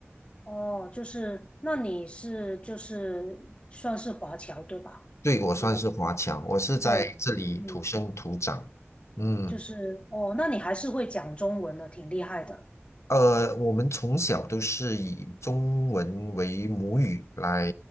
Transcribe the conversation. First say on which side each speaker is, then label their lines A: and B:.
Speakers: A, on the left; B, on the left.
A: 哦，就是那你是就是算是华侨对吧？
B: 对，我算是华侨，
A: 应该
B: 我是在这里土生土长。
A: 对，嗯，
B: 嗯。
A: 就是哦，那你还是会讲中文的，挺厉害的。
B: 呃，我们从小都是以中文为母语来